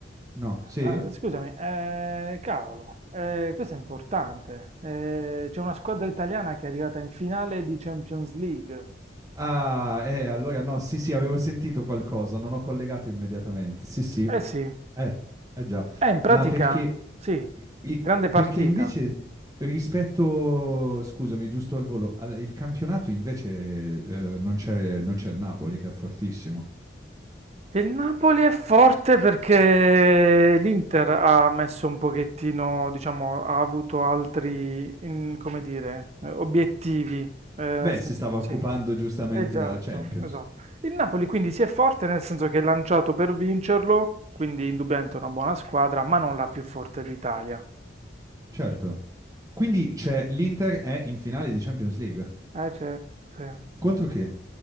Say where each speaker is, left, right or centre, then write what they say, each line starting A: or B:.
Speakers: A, on the right; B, on the right.
A: No, sì?
B: Ah, scusami, eh, cavolo, eh, questo è importante. Eh, c'è una squadra italiana che è arrivata in finale di Champions League.
A: Ah, eh, allora no, sì, sì, avevo sentito qualcosa, non ho collegato immediatamente. Sì, sì,
B: Eh sì, eh,
A: eh, eh già,
B: in pratica
A: ma perché,
B: sì,
A: i-
B: grande partita.
A: perché invece rispetto, scusami, giusto al volo, al- il campionato invece eh, non c'è non c'è il Napoli che è fortissimo.
B: Il Napoli è forte perché l'Inter ha messo un pochettino, diciamo, ha avuto altri, mm, come dire, eh, obiettivi. eh, nel
A: Beh,
B: senso-
A: si stava
B: sì,
A: occupando giustamente
B: esatto,
A: della Champions.
B: esatto. Il Napoli quindi si è forte nel senso che è lanciato per vincerlo, quindi indubbiamente è una buona squadra, ma non la più forte d'Italia.
A: Certo. Quindi c'è l'Inter è in finale di Champions League.
B: Eh, c'è, sì.
A: Contro chi?